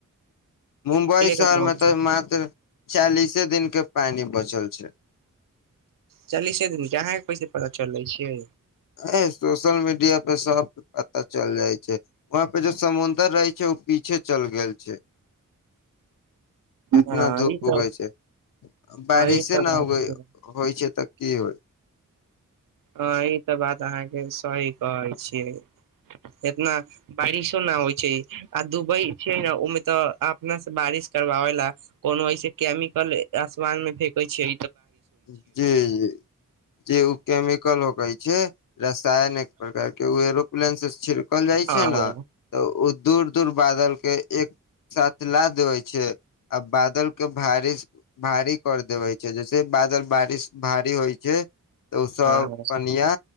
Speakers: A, on the left; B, on the right.
A: मुम्बई शहर
B: के मन
A: मे तऽ मात्र चालिसे दिन के पानि बच। चल छै।
B: चालीसे दिने अहाँके कैसे पता चललै छै।
A: ह सोशल मीडिया पे सब पता। चल जाइ छै। वहाँ पे जो समुंद्र रहै छै ओ पी। पीछे चल गेल छै। इतना
B: हँ
A: धूप
B: ई तऽ
A: उगै छै बारिशे
B: हँ ई तऽ
A: नहि
B: बात
A: उग होइ छै तऽ। की हो।
B: ह ई तऽ बात। अहाँ के सही कहै छियै इतना बारिशो न होइ छै आ दुबई छै ने ओमे तऽ अपना से बारिश करवाबे ला कोनो ऐसे केमिकल आसमान मे फेेकै छै।
A: जी जी जी ओ केमे। कलो कै छै। ायन एक प्रकार के ओ एरोप्लेन से छिड़कल जाइ
B: हँ
A: छै ने तऽ ओ। दूर दूर बादल के एक साथ ला देवे छै। आ बादल के भारिश। भारी कर देबै छै जैसे बात। बारिश भारी होइ छै। तऽ ओसभ
B: हँ
A: कनिआ